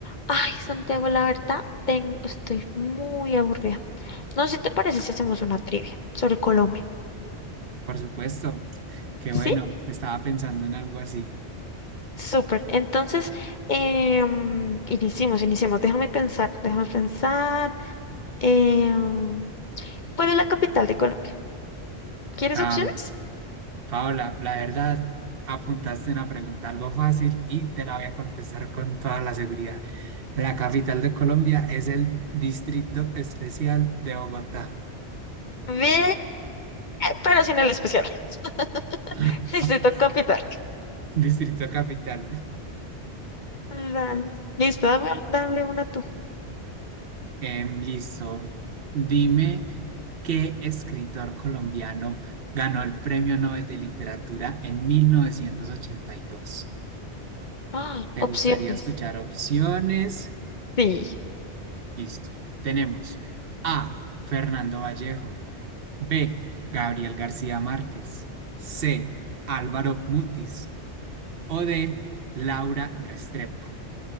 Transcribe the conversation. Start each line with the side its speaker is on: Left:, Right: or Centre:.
Left: Ay, Santiago, la verdad, ten- estoy muy aburrida. No sé si te parece si hacemos una trivia sobre Colombia.
Right: Por supuesto, qué
Left: ¿Sí?
Right: bueno, estaba pensando en algo así.
Left: Súper. Entonces, em, iniciemos, iniciemos. Déjame pensar, déjame pensar. Em, ¿cuál es la capital de Colombia? ¿Quieres
Right: Am,
Left: opciones?
Right: Paola, la verdad, apuntaste una pregunta algo fácil y te la voy a contestar con toda la seguridad. La capital de Colombia es el Distrito Especial de Bogotá,
Left: Ve, pero sin el especial. <laughs>
Right: <laughs>
Left: Necesito capital.
Right: Distrito Capital.
Left: Dale. Listo, dame, dale una tú.
Right: Em, listo, dime qué escritor colombiano ganó el Premio Nobel de Literatura en 1982.
Left: Ah,
Right: ¿Te
Left: opciones.
Right: gustaría escuchar opciones?
Left: Sí.
Right: Listo. Tenemos A, Fernando Vallejo, B, Gabriel García Márquez, C, Álvaro Mutis o D, Laura Restrepo.